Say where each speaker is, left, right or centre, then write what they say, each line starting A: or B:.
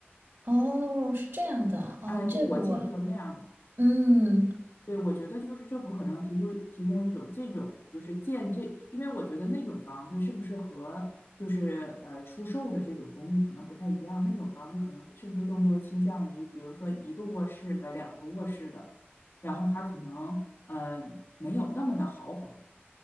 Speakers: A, on the right (about 80°); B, on the left (about 70°).
A: 哦，是这样的，哦，
B: 哎，
A: 这个我，
B: 对，我见过那样的。
A: 嗯
B: 对，我觉得就是政府可能提出提供一种这种就是建这，因为我觉得那种房子是不是和就是呃出售的这种公寓可能不太一样，那种房子可能是不是更多倾向于比如说一个卧室的、两个卧室的，然后它可能呃没有那么的豪华。